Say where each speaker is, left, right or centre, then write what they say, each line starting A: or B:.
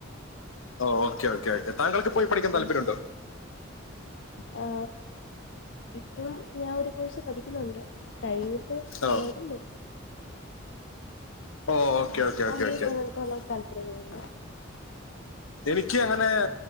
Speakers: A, on the left; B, on the left.
A: ഓ ഓക്കെ ഓക്കെ ഓക്കെ താങ്കൾക്ക് പോയി പഠിക്കാൻ താല്പര്യമുണ്ടോ
B: എസ് ആ ഇപ്പം ഞാൻ ഒരു കോഴ്സ് പഠിക്കുന്നുണ്ട് അത് കഴിഞ്ഞു ട്ട്
A: ഓ
B: എലൗടല്ലോ
A: ഓ ഓക്കെ
B: ആഹ
A: ഓക്കെ
B: താങ്കക്ക്ക്ക്
A: ഓക്കെ ഓക്കെ
B: എോ താല്പര്യ ങ്ങൾ ഉണ്ടൊ
A: എനിക്ക് അങ്ങനെ